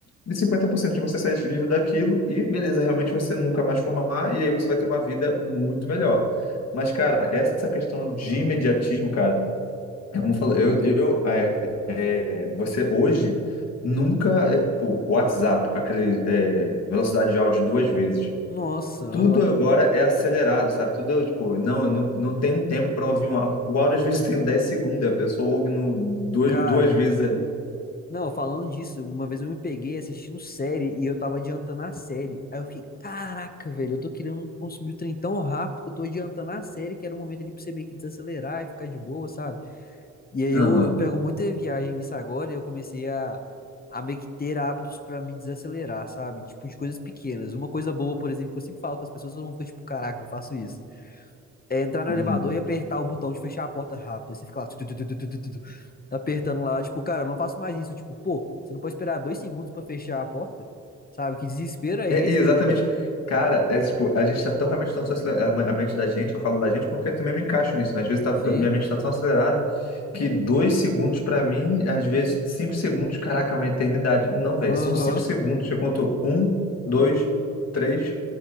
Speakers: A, on the left; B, on the left.
A: E 50% de você sair vivo daquilo, e beleza, realmente você nunca mais fumar, e aí você vai ter uma vida muito melhor. Mas, cara, essa questão de imediatismo, cara, é como eu falo, eu, eu é, é, você hoje nunca, é, pô, WhatsApp, com aquele é, velocidade de áudio duas vezes.
B: Nossa,
A: Tudo
B: aham.
A: agora é acelerado, sabe? Tudo, tipo, não, não, não tem um tempo para ouvir uma. O áudio às vezes <laughs> tem 10 segundos, a pessoa ouve no, dois,
B: Cara,
A: duas vezes ali.
B: não, falando disso, uma vez eu me peguei assistindo série e eu tava adiantando a série. Aí eu fiquei, caraca, velho, eu tô querendo consumir o trem tão rápido que eu tô adiantando a série, que era o momento ali pra você meio que desacelerar e ficar de boa, sabe? E aí
A: Aham.
B: eu, eu pego muita viagem nisso agora e eu comecei a, a meio que ter hábitos pra me desacelerar, sabe? Tipo, de coisas pequenas. Uma coisa boa, por exemplo, que eu sempre falo com as pessoas, eu não fico tipo, caraca, eu faço isso. É entrar no
A: Uhum.
B: elevador e apertar o botão de fechar a porta rápido. Aí você fica lá, tu, tu, tu, tu, tu, tu, tu, tu, apertando lá, tipo, cara, eu não faço mais isso. Tipo, pô, você não pode esperar dois segundos pra fechar a porta? Sabe? Que desespero é
A: É,
B: esse?
A: e exatamente.
B: Tipo,
A: Cara, é tipo, a gente tá tão realmente tão acelerado, a ma- a mente da gente, eu falo da gente porque eu também me encaixo nisso, né? Às vezes tá,
B: sim,
A: eu- minha mente tá tão acelerada que dois segundos pra mim, às vezes cinco segundos, caraca, é uma eternidade. Não, velho,
B: aham,
A: são cinco segundos. Eu conto um, dois, três,